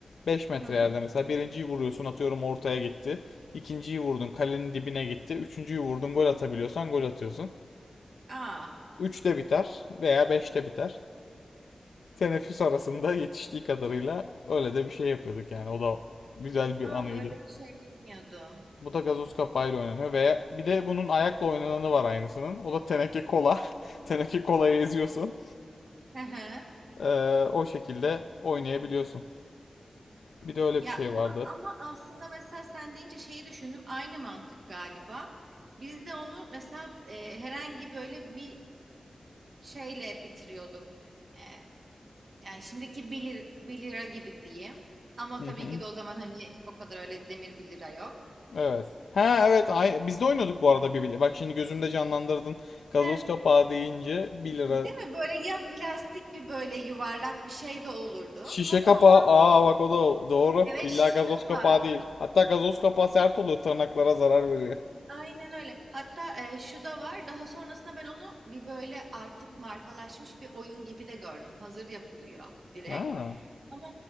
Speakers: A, on the left; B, on the right.
A: beş metre
B: Hı hı.
A: yerde mesela birinciyi vuruyorsun atıyorum ortaya gitti. İkinciyi vurdun kalenin dibine gitti. Üçüncüyü vurdun gol atabiliyorsan gol atıyorsun.
B: Aa,
A: üçte biter veya beşte biter. teneffüs arasında yetiştiği kadarıyla öyle de bir şey yapıyorduk yani. O da güzel bir
B: aa
A: anıydı.
B: böyle bir şey bilmiyordum.
A: Bu da gazoz kapağıyla oynanıyor ve bir de bunun ayakla oynananı var aynısının. O da teneke kola. <laughs> Teneke kolayı eziyorsun.
B: Hı hı.
A: Ee, o şekilde oynayabiliyorsun. Bir de öyle
B: Ya
A: bir şey vardı.
B: a- ama aslında mesela sen deyince şeyi düşündüm. Aynı mantık galiba. Biz de onu mesela e, herhangi böyle bir şeyle bitiriyorduk. E, yani şimdiki 1 lir, bir lira gibi diyeyim. Ama
A: Hı
B: tabii
A: hı.
B: ki de o zaman hani o kadar öyle demir 1 lira yok.
A: Evet. Ha evet ay biz de oynuyorduk bu arada bir bile. Bak şimdi gözümde canlandırdın. Gazoz
B: He,
A: kapağı deyince 1 lira.
B: Değil mi? Böyle ya plastik bir böyle yuvarlak bir şey de olurdu.
A: Şişe
B: Hatta
A: kapağı.
B: ondan
A: Aa bak o da o- doğru.
B: evet
A: Billahi
B: şişe
A: gazoz
B: kapağı.
A: kapağı değil. Hatta gazoz kapağı sert oluyor tırnaklara zarar veriyor.
B: Aynen öyle. Hatta e, şu da var. Daha sonrasında ben onu bir böyle artık markalaşmış bir oyun gibi de gördüm. Hazır yapılıyor direkt.
A: Ha.
B: Ama